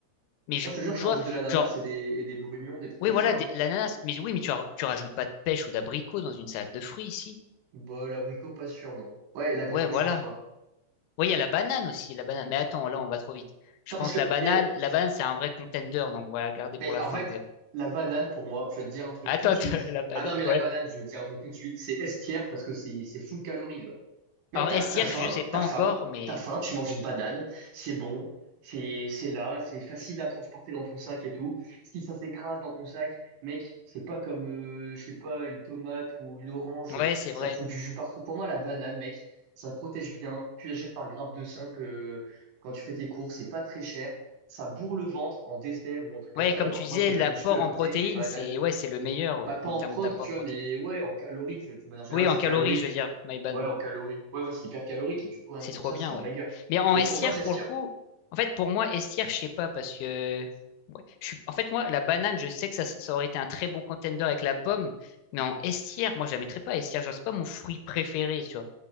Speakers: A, on the left (about 80°); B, on the right (about 75°).
A: Mais je,
B: Moi, je te
A: je
B: jure, je
A: vois,
B: rajoute de l'ananas
A: genre,
B: et des, et des brugnons, des trucs
A: oui,
B: comme
A: voilà,
B: ça. hein.
A: des- l'ananas. Mais oui, mais tu, ra- tu rajoutes pas de pêche ou d'abricot dans une salade de fruits ici.
B: Bah, l'abricot, pas sûr, non. Ouais, l'abricot,
A: Ouais, voilà.
B: je pense pas.
A: Oui, il y a la banane aussi, la banane. Mais attends, là, on va trop vite. Je
B: Putain,
A: pense
B: parce que,
A: la banane,
B: et,
A: la banane, c'est un vrai contender, donc voilà, garder pour
B: mais
A: la
B: en
A: fin
B: fait,
A: quand même.
B: la banane, pour moi, je vais te dire un truc
A: Ah, Attends,
B: tout de suite.
A: <laughs> la banane,
B: Ah non, mais
A: ouais.
B: la banane, je vais te dire un truc tout de suite, c'est estière parce que c'est, c'est full calories, genre. Mec,
A: Alors,
B: t'as
A: S-Hirsch,
B: t'as faim,
A: je sais pas
B: t'as faim,
A: encore, mais
B: t'as faim, tu manges une banane, c'est bon, c'est c'est là, c'est facile à transporter dans ton sac et tout. Si ça s'écrase dans ton sac, mec, c'est pas comme, euh, je sais pas, une tomate ou une orange,
A: ouais, c'est
B: ça
A: vrai.
B: fout du jus partout. Pour moi, la banane, mec, ça protège bien. Tu achètes par grappe de 5 euh, quand tu fais tes courses, c'est pas très cher. Ça bourre le ventre en dessert ou un truc comme
A: Ouais,
B: ça.
A: comme
B: Genre,
A: tu disais,
B: moi, je fais
A: l'apport
B: de la muscu à
A: en
B: côté,
A: protéines,
B: les bananes.
A: c'est ouais, c'est le meilleur, ouais,
B: Bah, pas
A: en
B: en
A: termes
B: prot,
A: d'apport
B: tu
A: en protéines.
B: vois, mais ouais, en calories, tu vois, de manière générale,
A: Oui, en
B: c'est
A: calories,
B: calorique.
A: je veux dire, my bad.
B: Ouais, en calories. Ouais, ouais, c'est hyper calorique et du coup, rien
A: C'est
B: que pour
A: trop
B: ça,
A: bien,
B: c'est un
A: ouais.
B: banger.
A: Mais en
B: Donc
A: estière,
B: pour moi, ça
A: pour
B: se tient.
A: le coup, en fait, pour moi, estière, je sais pas, parce que. ouais, je suis... En fait, moi, la banane, je sais que ça, ça aurait été un très bon contender avec la pomme, mais en estière, moi, je la mettrais pas estière. Genre, c'est pas mon fruit préféré, tu vois.